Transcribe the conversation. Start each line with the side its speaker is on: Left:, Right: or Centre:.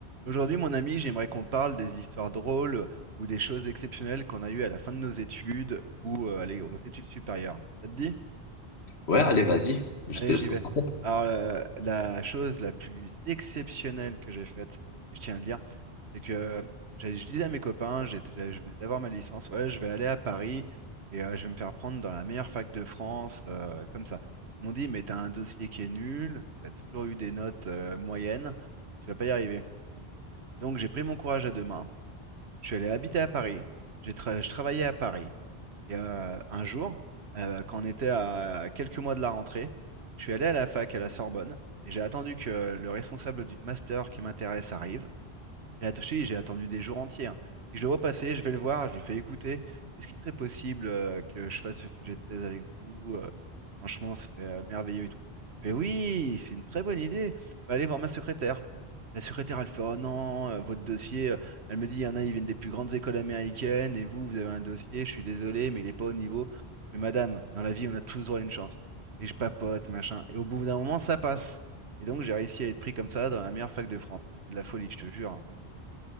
Right: Aujourd'hui, mon ami, j'aimerais qu'on parle des histoires drôles ou des choses exceptionnelles qu'on a eues à la fin de nos études ou euh, allez, aux études supérieures. Ça te dit?
Left: Ouais, allez, vas-y. Je
Right: Allez,
Left: te laisse
Right: j'y
Left: commencer.
Right: vais. Alors, euh, la chose la plus exceptionnelle que j'ai faite, et je tiens à le dire, c'est que j'ai- je disais à mes copains, j'étais- j'avais- je venais d'avoir ma licence, ouais, je vais aller à Paris et euh, je vais me faire prendre dans la meilleure fac de France, euh, comme ça. Ils m'ont dit, mais t'as un dossier qui est nul, t'as toujours eu des notes euh, moyennes et tu vas pas y arriver. Donc, j'ai pris mon courage à deux mains. Je suis allé habiter à Paris. J'ai tra- je travaillais à Paris. Et euh, un jour, euh, quand on était à quelques mois de la rentrée, je suis allé à la fac à la Sorbonne et j'ai attendu que le responsable du master qui m'intéresse arrive. J'ai attaché, j'ai attendu des jours entiers. hein. Puis je le vois passer, je vais le voir, je lui fais écouter. Est-ce qu'il serait possible euh, que je fasse ce sujet de thèse avec vous? Euh, franchement, ce serait euh, merveilleux et tout. Il me fait oui, c'est une très bonne idée. Bah, allez voir ma secrétaire. La secrétaire, elle fait oh non, euh, votre dossier. euh, Elle me dit, il y en a, ils viennent des plus grandes écoles américaines et vous, vous avez un dossier, je suis désolé, mais il n'est pas au niveau. Je fais madame, dans la vie, on a tous droit à une chance. Et je papote, machin. Et au bout d'un moment, ça passe. Et donc, j'ai réussi à être pris comme ça dans la meilleure fac de France. Ah, C'est de la folie, je te jure. hein.